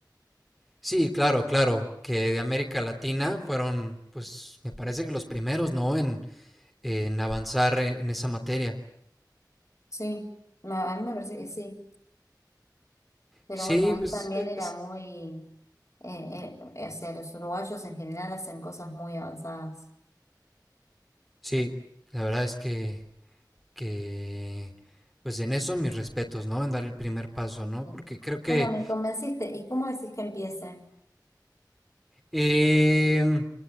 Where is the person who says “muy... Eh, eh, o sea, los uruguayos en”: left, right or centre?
Left